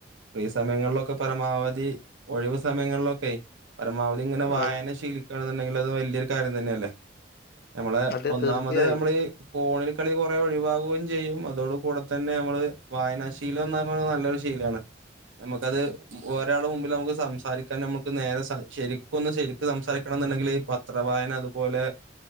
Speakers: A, on the right; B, on the left.
A: ഫ്രീ സമയങ്ങളിലൊക്കെ പരമാവധി ഒഴിവ് സമയങ്ങളിലൊക്കെ പരമാവധി ഇങ്ങനെ
B: ആ
A: വായന ശീലിക്കാണ്ന്ന്ണ്ടെങ്കിൽ അത് വല്യയൊരു കാര്യം തന്നെയല്ലേ നമ്മളെ
B: അതെ
A: ഒന്നാമത്
B: തീർച്ചയായും
A: നമ്മൾ ഈ ഫോണിൽ കളി കൊറെ ഒഴിവാക- ചെയ്യും അതോട കൂടെ തന്നെ നമ്മള് വായനാ ശീലം എന്ന് പറുന്നത് നല്ലൊരു ശീലമാണ് നമുക്കത് ഒരാള മുമ്പിൽ നമുക്ക് സംസാരിക്കാൻ നമുക്ക് നേരെ ശരിക്കൊന്ന് ശരിക്കും സംസാരിക്കണം ഉണ്ടെങ്കിൽ ഈ പത്രവായന അതുപോലെ